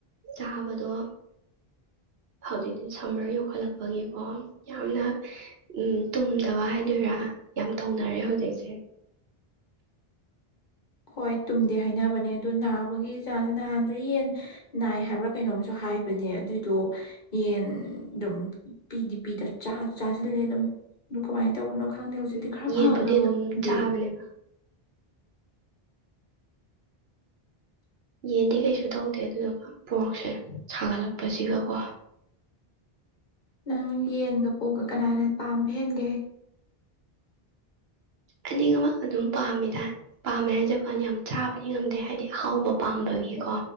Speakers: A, on the right; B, on the left.
A: ꯆꯥꯕꯗꯣ ꯍꯧꯖꯤꯛꯇꯤ ꯁꯝꯃꯔ ꯌꯣꯛꯈꯠꯂꯛꯄꯒꯤꯀꯣ ꯌꯥꯝꯅ ꯎ ꯇꯨꯝꯗꯕ ꯍꯥꯏꯗꯣꯏꯔꯥ ꯌꯥꯝ ꯊꯧꯅꯔꯦ ꯍꯧꯖꯤꯛꯁꯦ
B: ꯍꯣꯏ ꯇꯨꯝꯗꯦ ꯍꯥꯏꯅꯕꯅꯦ ꯑꯗꯨ ꯅꯥꯕꯒꯤ ꯆꯥꯟꯁꯨ ꯅꯥꯥꯟꯗ ꯌꯦꯟ ꯅꯥꯏ ꯍꯥꯏꯕ꯭ꯔꯥ ꯀꯩꯅꯣꯝꯁꯨ ꯍꯥꯏꯕꯅꯦ ꯑꯗꯨꯏꯗꯣ ꯌꯦꯟ ꯑꯗꯨꯝ ꯄꯤꯗꯤ ꯄꯤꯗ ꯆꯥꯁꯤꯜꯂꯦ ꯑꯗꯨꯝ ꯀꯃꯥꯏꯅ ꯇꯧꯕꯅꯣ ꯈꯪꯗꯦ ꯍꯧꯖꯤꯛꯇꯤ
A: ꯎꯝ
B: ꯈꯔ
A: ꯌꯦꯟꯕꯨꯗꯤ
B: ꯐꯈ꯭ꯔꯕ
A: ꯑꯗꯨꯝ
B: ꯈꯪꯗꯦ
A: ꯆꯥꯕꯅꯦꯕ ꯌꯦꯟꯗꯤ ꯀꯩꯁꯨ ꯇꯧꯗꯦ ꯑꯗꯨꯗꯣ ꯄꯣꯔꯛꯁꯦ ꯁꯥꯒꯠꯂꯛꯄꯁꯤꯒ ꯀꯣ
B: ꯅꯪ ꯌꯦꯟꯒ ꯄꯣꯛꯒ ꯀꯅꯥꯅ ꯄꯥꯝꯕ ꯍꯦꯟꯒꯦ
A: ꯑꯅꯤꯃꯛ ꯑꯗꯨꯝ ꯄꯥꯝꯃꯦꯗ ꯄꯥꯝꯃꯦ ꯍꯥꯏꯖꯕꯥꯟꯅꯤ ꯌꯥꯝ ꯆꯥꯕꯗꯤ ꯉꯝꯗꯦ ꯍꯥꯏꯗꯤ ꯑꯍꯥꯎꯕ ꯄꯥꯝꯕꯒꯤꯀꯣ